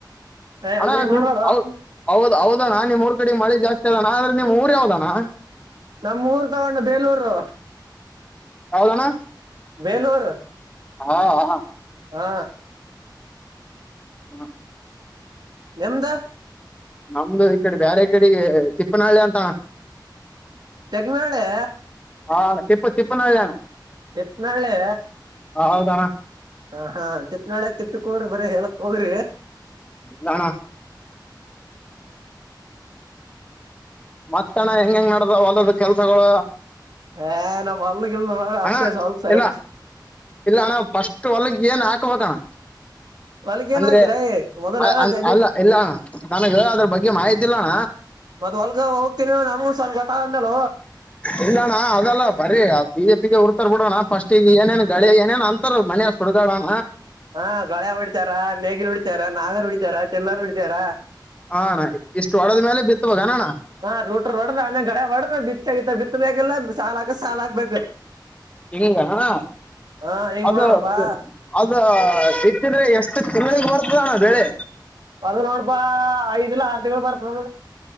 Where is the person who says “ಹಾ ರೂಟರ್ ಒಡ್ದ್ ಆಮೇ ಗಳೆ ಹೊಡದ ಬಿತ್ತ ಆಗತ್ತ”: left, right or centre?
Right